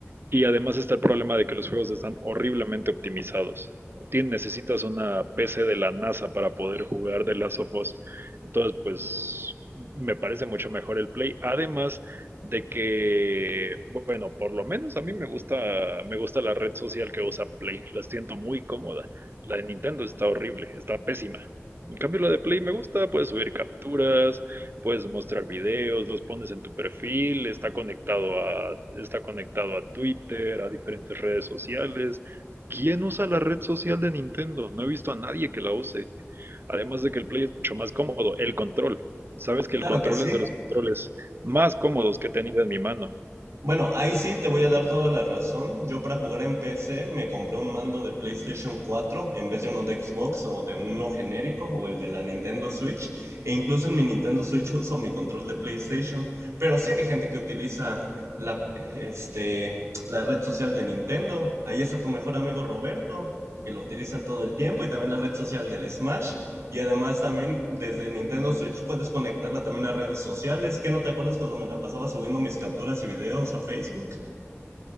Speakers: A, on the right; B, on the right.
A: Y además está el problema de que los juegos están horriblemente optimizados. Tien- necesitas una PC de la NASA para poder jugar The Last of Us. Entonces, pues me parece mucho mejor el Play. Además de que, bueno, por lo menos a mí me gusta, me gusta la red social que usa Play. La siento muy cómoda. La de Nintendo está horrible, está pésima. En cambio, la de Play me gusta, puedes subir capturas, Puedes mostrar videos, los pones en tu perfil, está conectado a, está conectado a Twitter, a diferentes redes sociales. ¿Quién usa la red social de Nintendo? No he visto a nadie que la use. Además de que el Play es mucho más cómodo, el control. Sabes que
B: Claro
A: el control
B: que sí.
A: es de los controles más cómodos que he tenido en mi mano.
B: Bueno, ahí sí te voy a dar toda la razón. Yo para jugar en PC me compré un mando de PlayStation 4 en vez de uno de Xbox o de uno genérico o el de la Nintendo Switch. E incluso en mi Nintendo Switch uso mi control de PlayStation. Pero sí hay gente que utiliza la, este, la red social de Nintendo. Ahí es a tu mejor amigo Roberto, que lo utiliza todo el tiempo, y también la red social del Smash. Y además también desde Nintendo Switch puedes conectarla también a redes sociales. ¿Qué no te acuerdas cuando me la pasaba subiendo mis capturas y videos a Facebook?